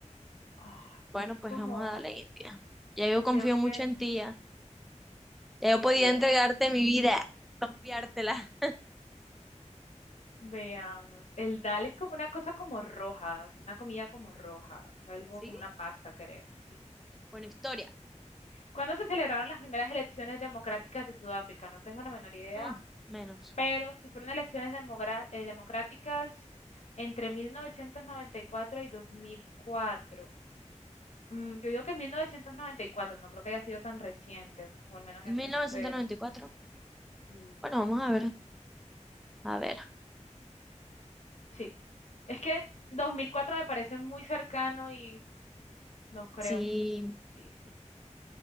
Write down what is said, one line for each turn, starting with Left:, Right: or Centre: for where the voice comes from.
Left: ah,
Centre: Bueno,
Left: es
Centre: pues
Left: como...
Centre: vamos a darle India. Ya yo confío
Left: Creo que
Centre: mucho en ti, ya. Ya yo
Left: Sí,
Centre: podía
Left: sí era.
Centre: entregarte mi vida, confiártela.
Left: Veamos. El dal es como una cosa como roja, una comida como roja, algo
Centre: ¿Sí?
Left: como una pasta, creo, sí.
Centre: Bueno, historia.
Left: ¿Cuándo se celebraron las primeras elecciones democráticas de Sudáfrica? No tengo la menor idea,
Centre: Mm, menos.
Left: pero si fueron elecciones demogra- eh, democráticas entre 1994 y 2004. Mm, yo digo que 1994, no creo que haya sido tan reciente, o al menos
Centre: 1994.
Left: eso espero. Y
Centre: Bueno, vamos a ver. A ver.
Left: sí, es que 2004 me parece muy cercano y... No creo
Centre: Sí.
Left: Sí, sí.